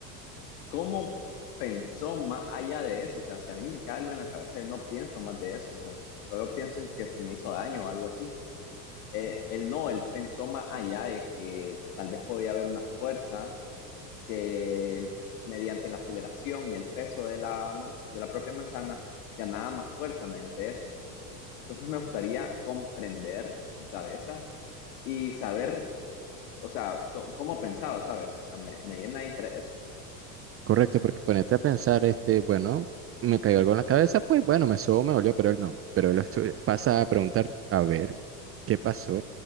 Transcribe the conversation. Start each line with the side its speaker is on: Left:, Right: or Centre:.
Left: ¿Cómo pensó más allá de eso? O sea, si a mí me cae algo en la cabeza, yo no pienso más de eso. O sea, solo pienso en que si me hizo daño o algo así. Eh, él no, él pensó más allá de que tal vez podía haber una fuerza que mediante la aceleración y el peso de la, man- de la propia manzana ganaba más fuerza mediante eso. Entonces me gustaría comprender su cabeza y saber, o sea, co- cómo pensaba, ¿sabes? O sea, me, me llena de interés eso.
Right: Correcto, porque ponete a pensar, este, bueno, me cayó algo en la cabeza, pues bueno, me sobó, me dolió, pero él no. Pero él estu- pasa a preguntar, a ver, ¿qué pasó?